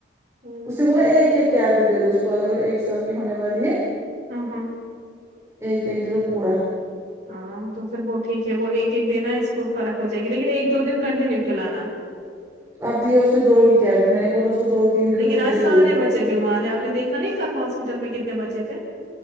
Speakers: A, on the right; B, on the right.
A: ہوں
B: اسنے بولا ایک ایک ٹیبلیٹ دے دو اس کو اگر وہ ایک سال کی ہونے والی ہے
A: ہوں ہوں
B: ج دو تو پورا
A: ہاں تو پھر وہ ٹھیک ہے وہ ایک ایک دینا اس کو فرق ہو جائے گی لیکن ایک دو دن کنٹینیو کھلانا
B: اب دیے اس نے دو ہی ٹیبٹلٹ میں نے بولا اس کو دو تین دے
A: لیکن
B: دو اس نے
A: آج
B: دیے
A: سارے
B: دو ہی
A: بچے بیمار ہیں آپ نے دیکھا نہیں کل ہاسپٹل میں کتنے بچے تھے